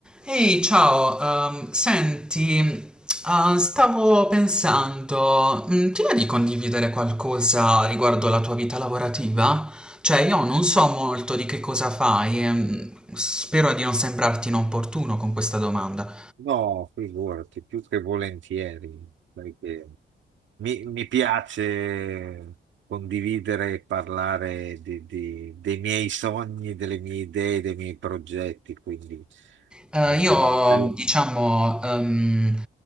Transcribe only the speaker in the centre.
Ehi, ciao, ehm, senti, ah, stavo pensando, mm, ti va di condividere qualcosa riguardo la tua vita lavorativa? Cioè, io non so molto di che cosa fai, e, mm, spero di non sembrarti inopportuno con questa domanda,
Eh,
io,
diciamo, ehm,